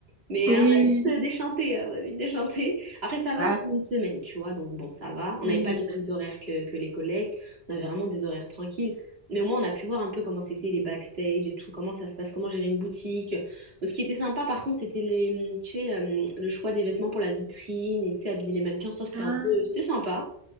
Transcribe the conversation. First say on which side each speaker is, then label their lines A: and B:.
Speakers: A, on the right; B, on the right.
A: mais
B: Oui,
A: euh, on a vite
B: oui.
A: euh, déchanté, hein, on a vite déchanté. Après, ça va,
B: Ah,
A: c'était une semaine, tu vois, donc bon, ça va. On
B: oui.
A: n'avait pas les mêmes horaires que, que les collègues, on avait vraiment des horaires tranquilles. Mais au moins, on a pu voir un peu comment c'était les backstage et tout, comment ça se passe, comment gérer une boutique. Bon, Ce qui était sympa, par contre, c'était les, hum, tu sais, euh, le choix des vêtements pour la vitrine et, tu sais, habiller les mannequins. Ça, c'était
B: Ah,
A: un peu, c'était sympa.